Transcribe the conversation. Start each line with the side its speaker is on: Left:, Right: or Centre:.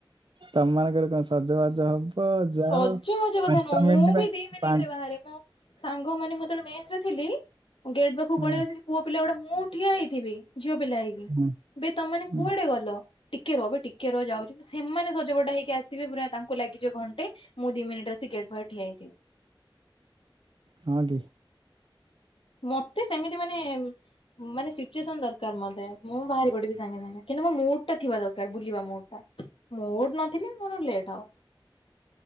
Right: ତମ ମାନଙ୍କର କଣ ସଜବାଜ ହବ। ଯାଅ
Left: ସଜବାଜ କଥା
Right: ପାଞ୍ଚ
Left: ନୁହଁ ମୁଁ
Right: ମିନିଟ ପାଇଁ
Left: ବି ଦି ମିନିଟ
Right: ପାଞ୍ଚ
Left: ରେ ବାହାରେ ମୋ ସାଙ୍ଗ ମାନେ ମତବେଳେ ମ ଥିଲି, ଗେଟ ପାଖକୁ
Right: ହୁଁ
Left: ପଳେଇ ଆସି ପୁଅ ପିଲା ଗୁଡା ମୁଁ ଠିଆ ହେଇଥିବି। ଝିଅ ପିଲା ହେଇକି ଏ
Right: ହୁଁ
Left: ତମେମାନେ
Right: ହୁଁ
Left: କୁଆଡେ ଗଲ। ଟିକେ ରହ ଏବେ ଟିକେ ରହ ଯାଉଛି ସେମାନେ ସଜପଟା ହେଇକି ଆସିବେ ପୁରା ତାଙ୍କୁ ଲାଗିଯିବ ଘଣ୍ଟେ। ମୁ ଦି ମିନିଟର ଆସି ଗେଟ ପାଖରେ ଠିଆହେଇଛି।
Right: ହଁ କି?
Left: ମତେ ସେମିତି ମାନେ ମାନେ ସିଚୁଏସନ ଦରକାର ମତେ ମୁଁ ବାହାରି ପଡିବି ସାଙ୍ଗେ ସାଙ୍ଗେ, କିନ୍ତୁ ମୋ ମୁଡ଼ ଟା ଥିବା ଦରକାର ବୁଲିବା ମୁଡ଼ ଟା। ମୋର ନଥିଲେ ମୋର ଲେଟ୍ ହବ।